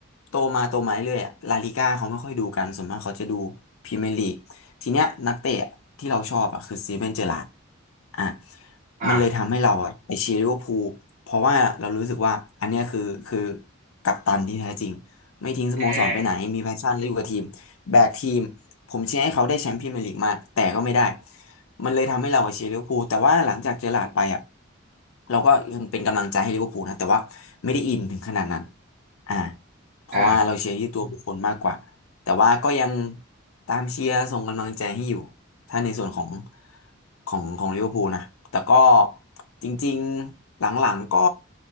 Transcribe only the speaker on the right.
อ่า
แอ
อ่า